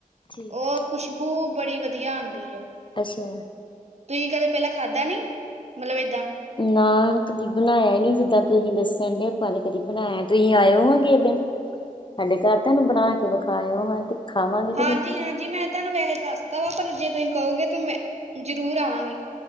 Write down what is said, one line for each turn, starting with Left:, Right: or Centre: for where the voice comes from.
Left: ਠੀਕ
Right: ਉਹ ਖੁਸ਼ਬੂ ਬੜੀ ਵਧੀਆ ਆਂਦੀ ਏ
Left: ਅੱਛਾ
Right: ਤੁਸੀਂ ਕਦੇ ਪਹਿਲਾਂ ਖਾਧਾ ਨੀ? ਮਤਲਬ ਏਦਾਂ
Left: ਨਾ ਕਦੀ ਬਨਾਇਆ ਈ ਨੀ ਜਿੱਦਾਂ ਤੁਸੀਂ ਦਸਨ ਡੇ, ਆਪਾਂ ਨੇ ਕਦੀ ਤੁਸੀਂ ਆਇਓ ਕਿਸੇ ਦਿਨ ਸਾਡੇ ਘਰ ਤਾਂ ਇਹਨੂੰ ਬਣਾ ਕੇ ਵਿਖਾਇਓ, ਹਾਂ ਖਾਵਾਂਗੇ ਤੇ
Right: ਹਾਂਜੀ,
Left: ਫਿਰ
Right: ਹਾਂਜੀ ਮੈਂ ਤੁਹਾਨੂੰ ਵੈਸੇ ਦੱਸਤਾ ਵਾ ਪਰ ਜੇ ਤੁਸੀਂ ਕਹੋਗੇ, ਤੇ ਮੈਂ ਜਰੂਰ ਆਵਾਂਗੀ।